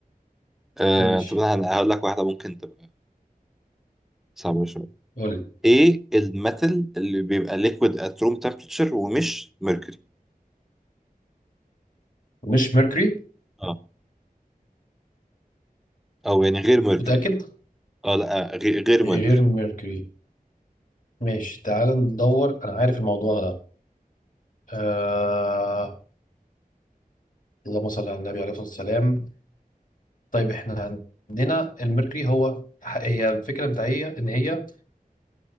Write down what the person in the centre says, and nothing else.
آه
طب انا هقول لك واحده ممكن تبقى صعبه شويه
ايه الميتال اللي بيبقى ليكويد ات روم تمبريتشر ومش ميركوري
اه او يعني غير ميركوري
يعني. اه لا غير غير ميركوري